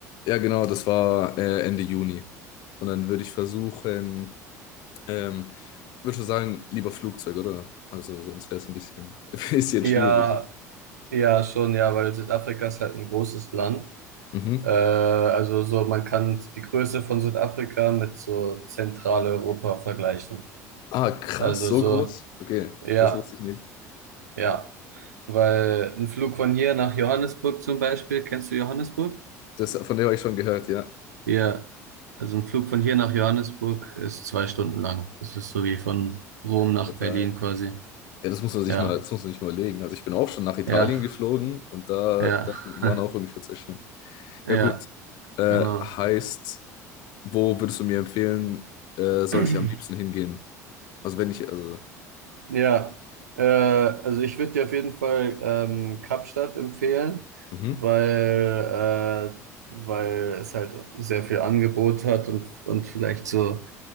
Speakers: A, on the left; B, on the right.
A: Ja, genau, das war äh, Ende Juni. Und dann würde ich versuchen, ähm, würde schon sagen, lieber Flugzeug, oder? Also sonst wäre es ein bisschen, <laughs> ein bisschen
B: Ja,
A: schwierig.
B: ja, schon, ja, weil Südafrika ist halt ein großes Land.
A: Mhm.
B: Äh, also so, man kann die Größe von Südafrika mit so Zentraleuropa vergleichen.
A: Ah, krass,
B: Also
A: so
B: so,
A: groß? Okay,
B: ja,
A: das wusste ich nicht.
B: ja. Weil ein Flug von hier nach Johannesburg zum Beispiel, kennst du Johannesburg?
A: Das, von dem habe ich schon gehört, ja.
B: Ja, also ein Flug von hier nach Johannesburg ist zwei Stunden lang. Das ist so wie von Rom
A: Ey,
B: nach
A: brutal.
B: Berlin quasi.
A: Ja, das muss man sich
B: Ja,
A: mal, das muss man sich mal überlegen. Also ich bin auch schon nach Italien
B: ja,
A: geflogen und da,
B: ja,
A: da waren
B: <laughs>
A: auch ungefähr zwei Stunden.
B: ja,
A: Ja, gut. Äh,
B: genau.
A: heißt, wo würdest du mir empfehlen, äh,
B: <clears throat>
A: sollte ich am liebsten hingehen? Also wenn ich, also
B: Ja, äh, also ich würde dir auf jeden Fall ähm, Kapstadt empfehlen,
A: Mhm.
B: weil, äh, weil es halt sehr viel Angebot hat und, und vielleicht so,